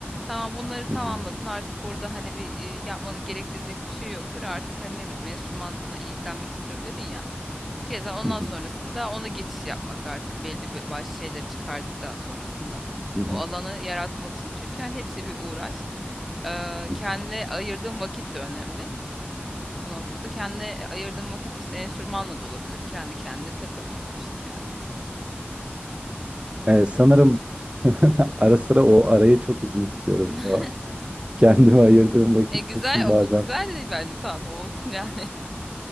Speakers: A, in the centre; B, on the right.
A: Tamam bunları tamamladın
B: Hı hı,
A: artık burada hani bir e, yapmanı gerektirecek bir şey yoktur. Artık hani ne bileyim enstrümanla ilgilenmek istiyorum dedin ya. Keza ondan
B: hı hı,
A: sonrasında ona geçiş yapmak artık belli bir başlı şeyleri çıkardıktan sonrasında.
B: hı hı,
A: O alanı yaratmalısın. Çünkü hani hepsi bir uğraş. Ee,
B: hı
A: kendine
B: hı.
A: ayırdığın vakit de önemli bu noktada. Kendine ayırdığın vakit işte enstrümanla da olabilir. Kendi kendine takılıyorsun işte yani mesela.
B: Eee, sanırım <laughs> ara sıra o arayı çok uzun tutuyorum.
A: <laughs>
B: O kendime ayırdığım vakit
A: E güzel
B: kısmı bazen.
A: bu güzel de bence tatlı olsun yani.